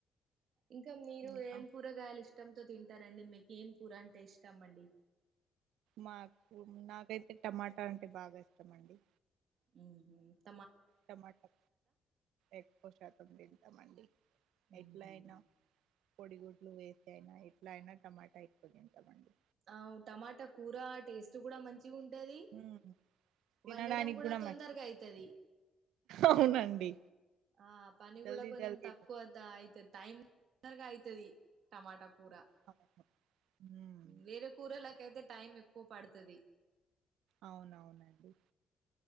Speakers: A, on the right; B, on the right.
A: ఇంకా మీరు
B: ఇంకా
A: ఏం కూరగాయలు ఇష్టంతో తింటారండి మీకు ఏం కూర అంటే ఇష్టాం అండి
B: మాకు నాకైతే టమాటా అంటే బాగా ఇష్టమ అండి
A: ఉ
B: టమాటా ఎక్కువ శాతం తింటామండి
A: ఉహు
B: ఎట్లా అయినా పొడిగుడ్లు వేసి అయినా ఎట్లా అయినా టమాటా అయిక్పో తింటామండి
A: ఆ టమాటా కూరా టేస్ట్ కూడా మంచి మంచి ఉంటది
B: ఉమ్ తినడానికి
A: వండడం కూడా తొందరగా
B: మంచి
A: అవుతుది
B: అవునండి
A: ఆ పని
B: జల్దీ
A: కూడా కొంచం
B: జల్దీ
A: తక్కువ అదా అయితే టైం తొందరగా అవుతది టమాటా కూర
B: అవును ఉమ్,
A: వేరే కూరలకయితే టైం ఎక్కువ పడుతుది
B: అవునవునండి